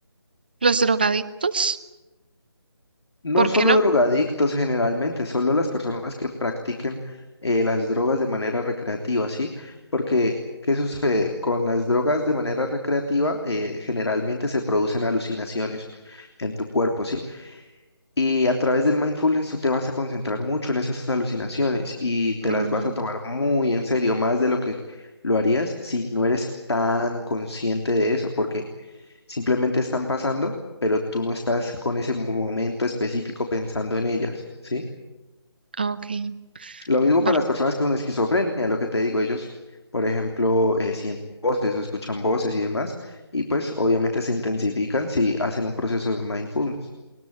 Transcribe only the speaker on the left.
No
solo
drogadictos generalmente, solo las personas que practiquen eh, las drogas de manera recreativa, ¿sí? Porque, ¿qué sucede? Con las drogas de manera recreativa, eh, generalmente se producen alucinaciones en tu cuerpo, ¿sí? Y a través del mindfulness tú te vas a concentrar mucho en esas alucinaciones y te
las vas a tomar muy en serio, más de lo que lo harías si no eres tan consciente de eso, porque Simplemente están pasando, pero tú no estás con ese momento específico pensando en ellas, ¿sí?
Lo mismo
con las personas con esquizofrenia, lo que te digo, ellos, por ejemplo, eh, sienten voces o escuchan voces y demás, y pues obviamente se intensifican si hacen un proceso de mindfulness.